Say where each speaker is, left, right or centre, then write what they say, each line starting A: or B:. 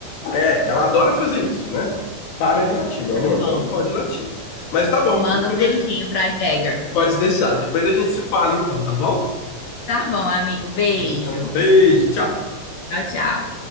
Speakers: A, on the left; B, on the left.
A: É, ela adora fazer isso, né? Para de latir, meu
B: Tá
A: amor.
B: bom.
A: Não pode latir. Mas tá bom,
B: Manda
A: depois
B: um beijinho
A: a gente.
B: pra Jagger.
A: Pode deixar, depois a gente se fala então, tá bom?
B: Tá bom, amigo. Beijo.
A: Então, beijo, tchau.
B: Tchau, tchau.